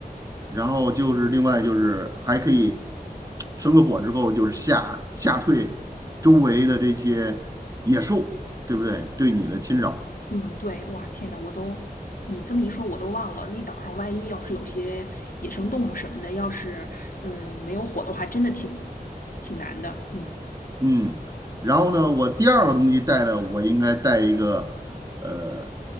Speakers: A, on the right (about 20°); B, on the left (about 60°).
A: 然后就是另外就是还可以生了火之后就是吓吓退周围的这些野兽，对不对？对你的侵扰，
B: 嗯，对，哇，天呐，我都你这么一说，我都忘了，那岛上万一要是有些野生动物什么的，要是嗯没有火的话，真的挺挺难的。嗯。
A: 嗯。然后呢，我第二个东西带的我应该带一个呃